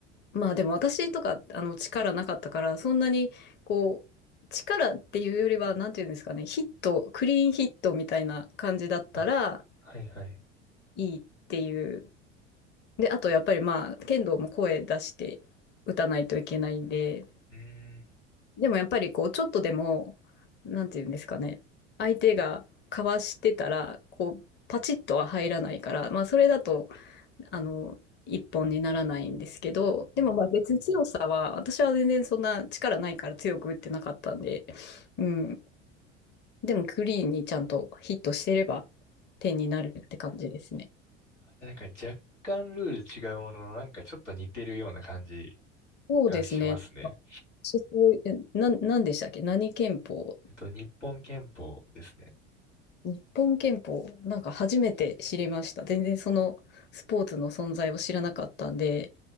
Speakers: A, on the left; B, on the left.
A: まあ、でも私とか、あの、力なかったから、そんなに、こう、力っていうよりは、なんていうんですかね、ヒット、クリーンヒットみたいな感じだったら
B: あ、はいはい。
A: いいっていう。で、あと、やっぱりまあ、剣道も声出して打たないといけないんで、
B: うーん。
A: でもやっぱりこう、ちょっとでも、なんていうんですかね、相手がかわしてたら、こう、パチッとは入らないから、まあそれだと、あの、一本にならないんですけど、でもまあ別に強さは、私は全然そんな力ないから強く打ってなかったんで、うん。でもクリーンにちゃんとヒットしてれば点になるって感じですね。
B: なんか若干ルール違うものの、なんかちょっと似てるような感じ
A: そうですね。
B: がしますね。
A: そこ、えな、なんでしたっけ何拳法
B: えっと、日本拳法ですね。
A: 日本拳法、なんか初めて知りました。全然そのスポーツの存在を知らなかったんで、